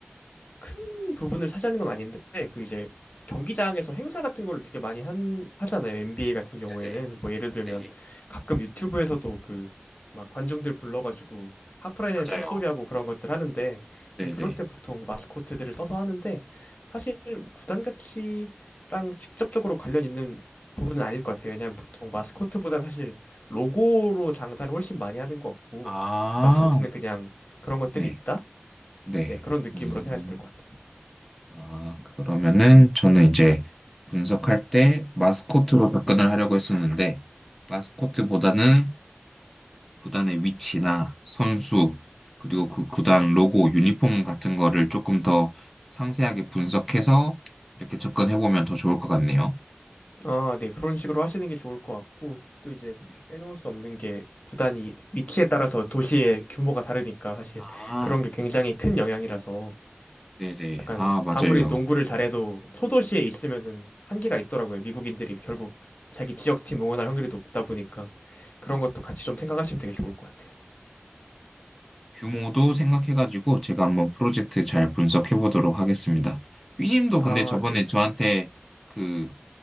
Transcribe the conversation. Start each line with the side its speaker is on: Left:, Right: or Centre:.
Left: 큰 부분을 차지하는 건 아닌데 그 이제 경기장에서 행사 같은 거를 되게 많이 한 하잖아요. NBA 같은 경우에는
Centre: 네네.
Left: 뭐 예를 들면
Centre: 네.
Left: 가끔 유튜브에서도 그 막 관중들 불러가지고 하프라인에
Centre: 맞아요.
Left: 슛 쏘게 하고 그런 것들 하는데
Centre: 네네.
Left: 이제 그럴 때 보통 마스코트들을 써서 하는데 사실 구단 가치랑 직접적으로 관련 있는 부분은 아닐 것 같아요. 왜냐하면 보통 마스코트보다는 사실 로고로 장사를 훨씬 많이 하는 것 같고
Centre: 아,
Left: 마스코트는 그냥 그런 것들이
Centre: 네,
Left: 있다?
Centre: 네.
Left: 네, 그런 느낌으로
Centre: 음,
Left: 생각하시면 될 것 같아요.
Centre: 아, 그러면은 저는 이제 분석할 때 마스코트로 접근을 하려고 했었는데, 마스코트보다는 구단의 위치나 선수, 그리고 그 구단 로고, 유니폼 같은 거를 조금 더 상세하게 분석해서 이렇게 접근해 보면 더 좋을 것 같네요.
Left: 아, 네. 그런 식으로 하시는 게 좋을 것 같고, 또 이제
Centre: 네.
Left: 빼놓을 수 없는 게 구단이 위치에 따라서 도시의 규모가 다르니까 사실
Centre: 아,
Left: 그런 게 굉장히 큰 영향이라서
Centre: 네네.
Left: 약간
Centre: 아, 맞아요.
Left: 아무리 농구를 잘해도 소도시에 있으면은 한계가 있더라고요. 미국인들이 결국 자기 지역팀 응원할 확률이 높다 보니까 그런
Centre: 네.
Left: 것도 같이 좀 생각하시면 되게 좋을 것 같아요.
Centre: 규모도 생각해가지고 제가 한번 프로젝트 잘 분석해 보도록 하겠습니다. 삐님도
Left: 아,
Centre: 근데 저번에
Left: 네네.
Centre: 저한테 그